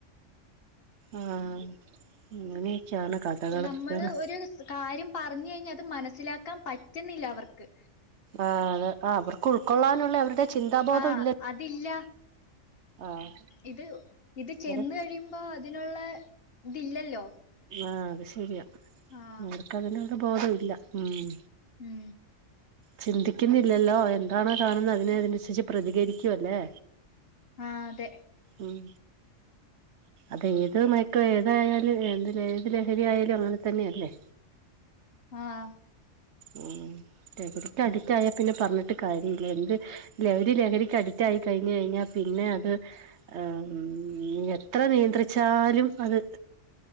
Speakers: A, on the right; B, on the left.
A: ആഹ് അങ്ങനെയൊക്കെയാണ് കഥകള്
B: ഇപ്പം നമ്മള്
A: അതാണ്
B: ഒരു കാര്യം പറഞ്ഞു കഴിഞ്ഞാൽ അത് മനസിലാക്കാൻ പറ്റ- റ്റുന്നില്ല അവർക്ക്.
A: ആഹ് അ അവർക്ക് ഉൾക്കൊള്ളാനുള്ള അവരുടെ, - ചിന്താബോധം
B: ആഹ്
A: ഇല്ല.
B: അതില്ല
A: ആഹ്.
B: ഇത് ഇത്
A: ഇവരെ
B: ചെന്ന് കഴിയുമ്പോ അതിനുള്ള ഇതില്ലല്ലോ?
A: ആഹ്. അത് ശരിയാ.
B: ആഹ്
A: അവർക്കതിനുള്ള ബോധം ഇല്ല. ഉം.
B: ഉം.
A: ചിന്തിക്കുന്നില്ലല്ലോ, എന്താണോ കാണുന്നത് അതിനനുസരിച്ച് പ്രതികരിക്കുവല്ലേ
B: ആഹ് അതെ.
A: ഉം. അത് ഏതുമാ പ്പ ഏതായാലും വേണ്ടീല. ഏത് ലഹരി ആയാലും അങ്ങനെ തന്നെയല്ലേ?
B: ആഹ്.
A: ഉം ലഹരിക്ക് അഡിക്റ്റായ പിന്നെ പറഞ്ഞിട്ട. ട്ട് കാര്യല്ല. എന്ത് ലഹരി ലഹരിക്ക് അഡിക്റ്റായി കഴിഞ് കഴിഞ്ഞാൽ പിന്നെ അത്. ഏഹ് എത്ര നിയന്ത്രിച്ചാലും അത്